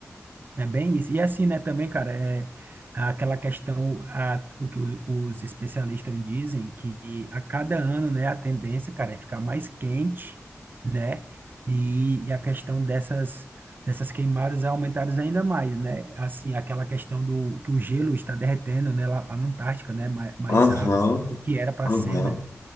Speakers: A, on the right; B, on the left.
A: é bem isso. E assim, né, também, cara, é aquela questão, a, o que os, os especialistas dizem, que a cada ano, né, a tendência, cara, é ficar mais quente, né? E, e a questão dessas, dessas queimadas é aumentar ainda mais, né? Assim, aquela questão do que o gelo está derretendo, né, lá, lá na Antártica, né, mais,
B: <laughs>
A: mais
B: Aham,
A: rápido do que era para
B: aham.
A: ser, né?